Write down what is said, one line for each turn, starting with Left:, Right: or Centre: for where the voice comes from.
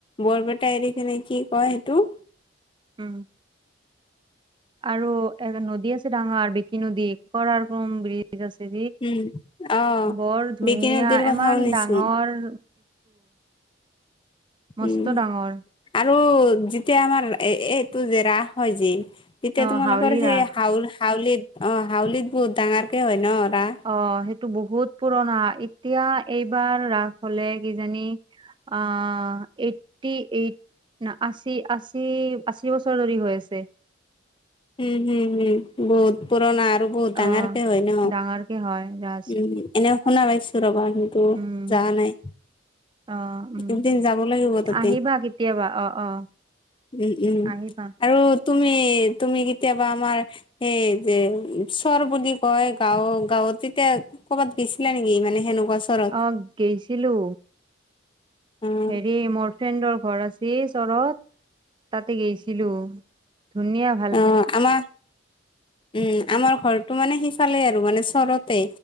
Left: বৰপেটা এৰি কিনে কি কয় সেইটো-
Right: উম' আৰু এখন নদী আছে ডাঙৰ বিকি নদী কৰা কমৰ বিৰি। আছে
Left: উম অ
Right: বৰ ধুনীয়া
Left: বিকি নদীৰ কথা
Right: ইমান
Left: শুনিছো
Right: ডাঙৰ। মস্ত
Left: উম
Right: ডাঙৰ।
Left: আৰু যেতিয়া আমাৰ এইটো যে ৰাস হয় যে- তেতিয়া
Right: অ
Left: তোমালোকৰ
Right: হাউলি
Left: সেই
Right: ৰাস
Left: হাউল হাউলিত অ হাউলিত বহুত ডাঙৰকে হয় ন'। ৰাস
Right: অঁ সেইটো বহুত পুৰণা। এতিয়া এইবাৰ ৰাস হ'লে কিজানি- অঁ এইটি এইট- ন' আশী আশী আশী বছৰ ধৰি হৈ আছে।
Left: উম' হম হম বহুত পুৰণা। আৰু বহুত
Right: আহ
Left: ডাঙৰকে হয় ন'
Right: ডাঙৰকে হয় ৰাজ
Left: উম এনেকৈ শুনা পাইছো ৰবা। কিন্তু
Right: উম
Left: যোৱা নাই।
Right: অ উম'
Left: এদিন যাব লাগিব তাতে
Right: আহিবা কেতিয়াবা অ' অ'
Left: উম' উম'
Right: আহিবা
Left: আৰু তুমি- তুমি কেতিয়াবা আমাৰ সেই যে ওচৰৰ বুলি কয় গাঁও গাঁৱত তেতিয়া- ক'বাত গৈছিলা নেকি? মানে সেনেকুৱা- চৰত?
Right: অঁহ গৈছিলো।
Left: অ', উম,
Right: হেৰি মোৰ ফ্ৰেণ্ডৰ ঘৰ আছিল ওচৰত। তা'তে গৈছিলো ধুনীয়াা।
Left: অঁ আমাৰ উম' আমাৰ- ঘৰটো মানে সিফালে আৰু ওচৰতে।